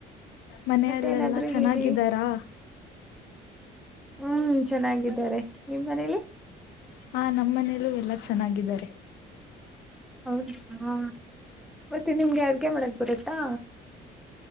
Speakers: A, on the left; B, in the centre.
A: ಮನೆಯಲ್ಲೆಲ್ಲಾ
B: ಮತ್ತೆ ಏನಾದ್ರು
A: ಚೆನ್ನಾಗಿದ್ದಾರಾ.
B: ಹೇಳಿ ಹ್ಮ್ ಚೆನ್ನಾಗಿದ್ದಾರೆ ನಿಮ್ಮ್ ಮನೇಲಿ.
A: ಹ ನಮ್ಮ ಮನೇಲ್ಲೂ ಎಲ್ಲಾ ಚೆನ್ನಾಗಿದ್ದಾರೆ.
B: ಹೌದಾ ಮತ್ತೆ ನಿಮ್ಗೆ ಅಡ್ಗೆ ಮಾಡಕ್ ಬರತ್ತಾ.